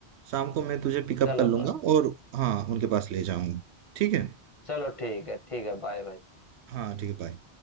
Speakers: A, on the right (about 75°); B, on the left (about 30°).
A: शाम को मैं तुझे पिकअप
B: चलो
A: कर लूंगा
B: कोई नहीं।
A: और हाँ उनके पास ले जाऊंगा ठीक है
B: चलो ठीक है ठीक है बाय बाय
A: हाँ ठीक है बाय